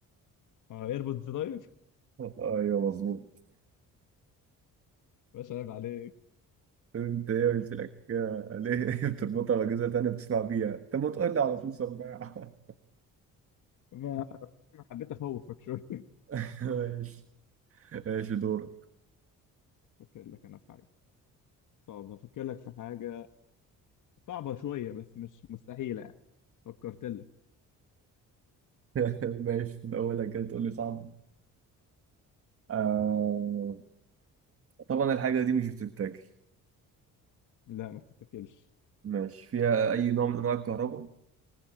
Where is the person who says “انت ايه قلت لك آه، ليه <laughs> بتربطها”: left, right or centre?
Right